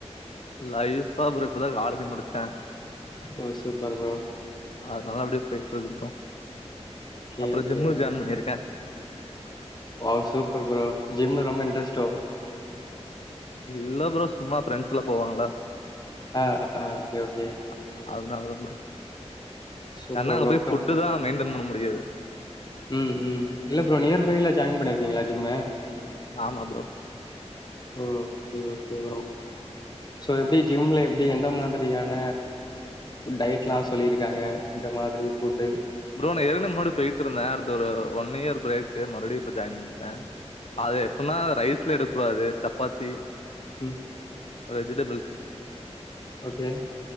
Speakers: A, on the left; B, on the left.
A: லைஃப்பா ப்ரோ இப்பதா காலேஜி முடிச்ச.
B: ஓ சுப்பர் ப்ரோ.
A: அதனால அப்படியே போயிட்டு இருக்கு ப்ரோ.
B: ஓகே
A: அப்புறோ
B: ஓகே
A: ஜிம்மு
B: ப்ரோ
A: ஜாயின் பண்ணிருக்கே. ஸ்.
B: வாவ் சூப்பர் ப்ரோ ஜிம்ல ரொம்ப இன்ட்ரெஸ்ட்டோ.
A: இல்ல ப்ரோ சும்மா ஃப்ரெண்ட்ஸ் எல்லா போவாங்கள்ள.
B: ஆ ஆ ஓகே ஓகே
A: அ அதனாலதா ப்ரோ.
B: சூப்பர்
A: என்ன அங்க
B: ப்ரோ
A: போய் ஃபுட்டு தா மெயின்டன் பண்ண முடி. முடியாது.
B: உம் உம் இல்ல ப்ரோ நியர் பையில ஜாயின் பண்ணிருக்கீங்களா ஜிம்மு.
A: ஆமா bro.
B: Okay okay bro so எப்டி ஜிம்ல எப்டி எந்த மாதிரியான டயட்லா சொல்லியிருக்காங்க இந்த மாதிரி ஃபுட்டு.
A: ப்ரோ நா ஏற்கன முன்னாடி போயிட்டு இருந்தே அடுத்த ஒரு ஒன் இயர் பிரேக்கு மறுபடியு. ஜாயின் பண்ணிட்டேன் அது எப்டினா ரைஸ்ல எடுக்க கூடாது சப்பாத்தி.
B: உம்
A: வெஜிடபிள்ஸ்
B: ஓகே